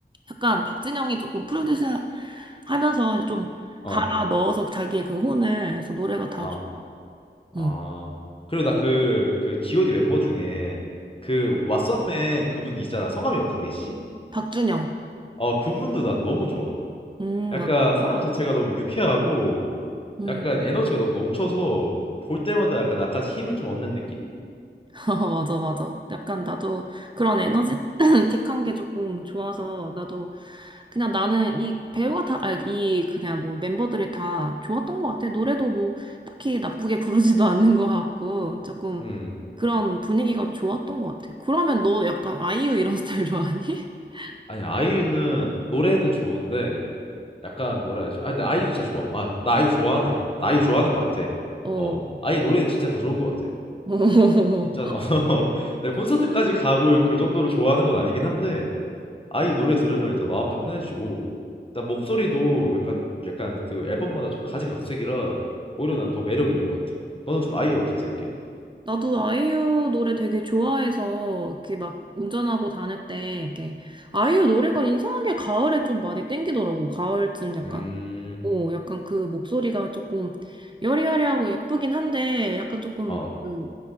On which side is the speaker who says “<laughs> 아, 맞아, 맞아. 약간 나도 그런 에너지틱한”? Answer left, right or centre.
Right